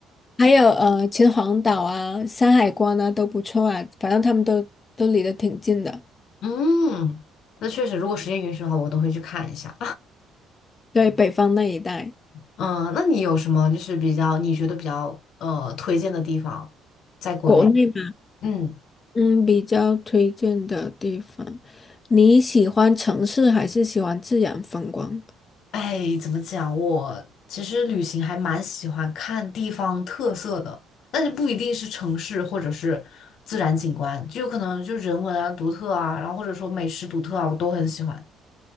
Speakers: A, on the left; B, on the left.
A: 还有呃秦皇岛啊、山海关啊都不错啊，反正他们都都离得挺近的。
B: 嗯，那确实，如果时间允许的话，我都会去看一下。
A: 对，北方那一带，
B: 嗯，那你有什么就是比较你觉得比较呃推荐的地方，在国内？
A: 国内嘛，
B: 嗯，
A: 嗯，比较推荐的地方，你喜欢城市还是喜欢自然风光？
B: 哎，怎么讲？我其实旅行还蛮喜欢看地方特色的，但是不一定是城市或者是自然景观，就有可能就人文啊、独特啊，然后或者说美食独特啊，我都很喜欢。